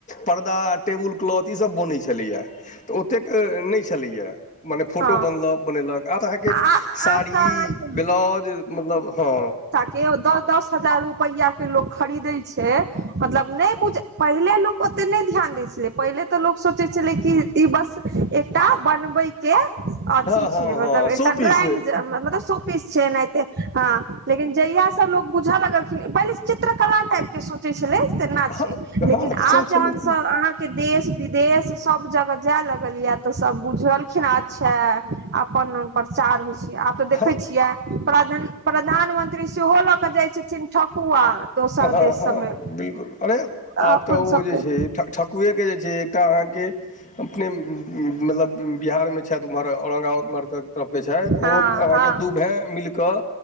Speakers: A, on the left; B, on the right.
A: परदा टेबुल क्लॉथ ईस बनै छलैएा तऽ ओतेक नहि छलैएा मने फोटो
B: हँ
A: बनलक बनेलक आब अहाँके
B: आ
A: साड़ी
B: आब तऽ अहाँके
A: ब्लाउज मतलब हँ
B: केओ दस दस हजार रुपैआ के लोकोग खरीदै छै मतलब नहि बुझ पहिले लोक ओते नहि ध्यान दै छलै, पहिले तऽ लोक सोचै छलै कि ई-ई बस एकटा बनबै के अथी
A: हँ
B: छै
A: हँ हँ
B: मतलब एकटा
A: शो पीस
B: ड्रॉइंग मतलब शो पीस छै एनैहते। हँ लेकिन जहिया सब लोग बुझऽ लगलखिन पहिले चित्रकला टाइप के सोचै छलै तेना छै
A: हँ
B: लेकिन
A: हँ तऽ सएह
B: आब जहन
A: छलै कि
B: सॅं के देश विदेश सब जगह जाय लगल ये तऽ सब बुझलखिन अच्छा आ अपन प्रचार होइ छै, आब तऽ देखे
A: हँ
B: छियै प्रधान - प्रधानमंत्री सेहो लऽ कऽ जाइ छथिन ठकुआ। दोसर
A: हँ-
B: देश
A: हँ
B: सबमे
A: बिल्कुल अरे आब
B: अपन
A: त ओ
B: सबके
A: जे छै ठ कुएके जे छै एकटा अहाँके अपने मतलब बिहारमे छथि ओम्हर औरङंगाबाद ओम्हरके तरफके छथि
B: हँ
A: ओ अहाँके
B: हँ
A: दू भाय मिल कऽ